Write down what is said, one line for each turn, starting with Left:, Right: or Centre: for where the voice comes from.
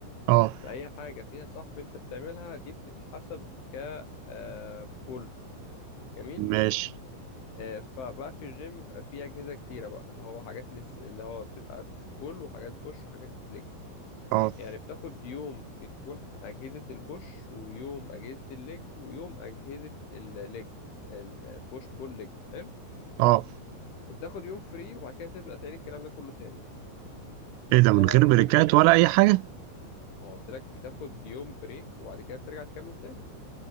Right: أه
Left: فأي حاجة فيها سحب أنت بتعملها دي بتتحسب ك آه، بول جميل
Right: ماشي
Left: آه، فبقى في الجيم بيبقى في أجهزة كتيرة بقى اللي هو حاجات لس... اللي هو بتبقى بول وحاجات بوش وحاجات ليج
Right: أه
Left: يعني بتاخد يوم بتكون أجهزة البوش ويوم أجهزة الليج ويوم أجهزة الليج البوش بول ليج حلو
Right: أه
Left: وبتاخد يوم فري وبعد كده تبدأ تعيد الكلام ده كله تاني بس
Right: إيه ده
Left: طبعا
Right: من غير
Left: الجيم
Right: بريكات ولا أي حاجة؟
Left: ما هو قلت لك بتاخد يوم بريك وبعد كده بترجع تكمل تاني